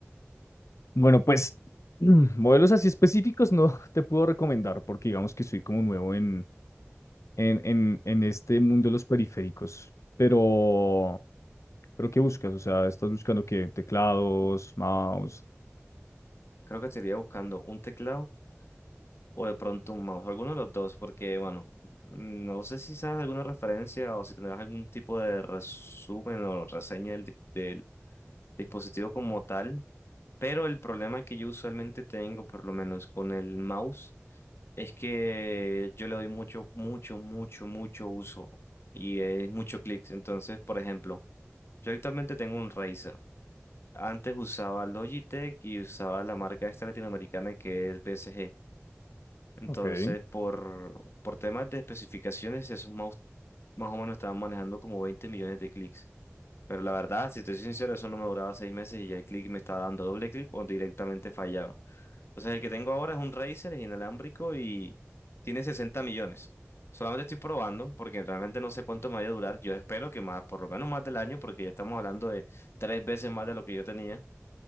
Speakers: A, on the left (about 75°); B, on the left (about 55°).
A: Bueno, pues <clears throat> mm, modelos así específicos no <laughs> te puedo recomendar porque digamos que soy como nuevo en, en, en, en este mundo de los periféricos. Pero, pero ¿qué buscas? O sea, ¿estás buscando qué? Teclados, mouse.
B: Creo que estaría buscando un teclado o de pronto un mouse, alguno de los dos, porque bueno, no sé si sabes alguna referencia o si tendrás algún tipo de resumen o reseña del, di- del dispositivo como tal, pero el problema que yo usualmente tengo, por lo menos con el mouse, es que yo le doy mucho, mucho, mucho, mucho uso y es mucho clics. Entonces, por ejemplo, Yo actualmente tengo un Razer. Antes usaba Logitech y usaba la marca esta latinoamericana que es BSG. Entonces,
A: Ok.
B: por, por temas de especificaciones, esos mouse más o menos estaban manejando como 20 millones de clics. Pero la verdad, si te soy sincero, eso no me duraba seis meses y ya el clic me estaba dando doble clic o directamente fallaba. O sea, el que tengo ahora es un Razer, es inalámbrico y tiene 60 millones. Solamente estoy probando porque realmente no sé cuánto me vaya a durar. Yo espero que más, por lo menos más del año, porque ya estamos hablando de tres veces más de lo que yo tenía.